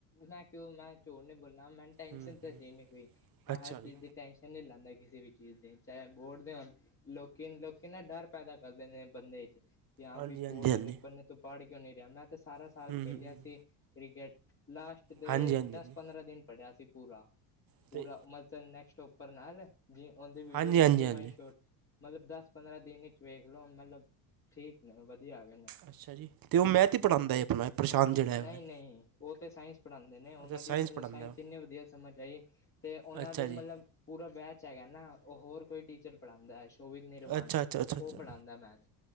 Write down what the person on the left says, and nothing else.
ਮੈਂ ਕਿਓ ਮੈਂ ਝੂਠ ਨੀ ਬੋਲਨਾ ਮੈ ਟੈਂਨਸ਼ਨ
ਤੇ
ਸੀ ਨੀ ਕੋਈ, ਮੈਂ
ਹਾਰ ਚੀਜ਼
ਦੀ ਟੈਂਸ਼ਨ ਨੀ ਲੈਂਦਾ ਕਿਸੇ ਵੀ ਚੀਜ਼ ਦੀ ਚਾਹੇ ਬੋੜ ਦੇ ਹੋਨ ਲੋਕੀ-ਲੋਕੀ ਨਾ ਡਾਰ ਪੈਦਾ ਕਰਦੇ ਨੇ ਬੰਦੇ ਚ ਕਿ ਹਾ
ਬਈ ਬੋੜ
ਦੇ
ਪੇਪਰ ਨੇ ਤੂੰ ਪਾੜ ਕੇਓ ਨਈ ਰੇਆ, ਮੈਂ ਤੇ ਸਾਰਾ ਸਾਲ
ਖੇਲੇਆ
ਸੀ ਕ੍ਰਿਕੇਟ ਲਾਸਟ ਦੇ
ਦਾਸ-ਪੰਦਰਾਂ
ਦਿਨ ਪੜੇਆ ਸੀ ਪੂਰਾ।
ਪੂਰਾ ਮਤਲਬ ਨੈਕਸਟ ਉਪਰ ਨਾਲ ਜੀ। ਉਹਦੀ ਵੀਡੀਓ
ਵੇਖੀ
ਮ ਸ਼ੋਟ ਮਤਲਬ ਦਸ- ਪੰਦਰਾਂ ਦਿਨ ਵਿੱਚ ਵੇਖ ਲੋਓ। ਮਤਲਬ ਠੀਕ ਨੇ ਵਧੀਆ ਆ ਗਏ ਨੇ।
ਨਹੀਂ-
ਨਹੀਂ। ਉਹ ਤੇ ਸਾਇੰਸ ਪੜ੍ਹਾਉਂਦੇ ਨੇ ਉਹਨਾਂ
ਦੀ ਮੈਨੂੰ
ਸਾਇੰਸ
ਇੰਨੇ ਵਧੀਆ ਸਮਝ ਆਈ। ਤੇ ਉਹਨਾਂ
ਦੇ ਮਤਲਬ
ਪੂਰਾ ਬੈਚ ਹੈਗਾ ਨਾ। ਉਹ ਹੋਰ ਕੋਈ ਟੀਚਰ ਪੜ੍ਹਾਉਂਦਾ ਹੈ। ਸ਼ੋਭਿਤ ਨਿਰਵਾਨ
ਉਹ
ਪੜ੍ਹਾਉਂਦਾ ਮੈਥ